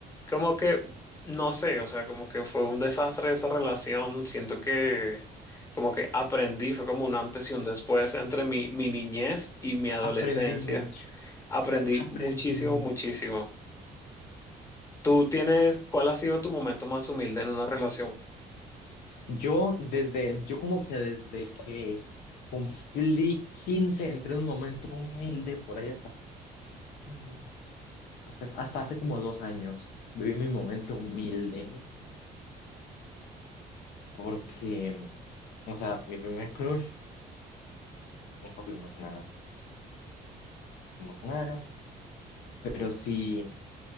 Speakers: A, on the left; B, on the left.
A: Como que, no sé, o sea, como que fue un desastre esa relación. Siento que, como que aprendí, fue como un antes y un después entre mi, mi niñez y mi adolescencia.
B: Aprendí mucho,
A: Aprendí
B: mu- aprendí
A: muchísimo,
B: mucho.
A: muchísimo. ¿Tú tienes, cuál ha sido tu momento más humilde en una relación?
B: Yo desde, yo como que desde que cumplí 15 entré en un momento humilde por allá ¿Cuándo? Hasta, hasta hace como dos años viví mi momento humilde porque, o sea, mi primer crush, nunca fuimos nada, fuimos nada, pero sí,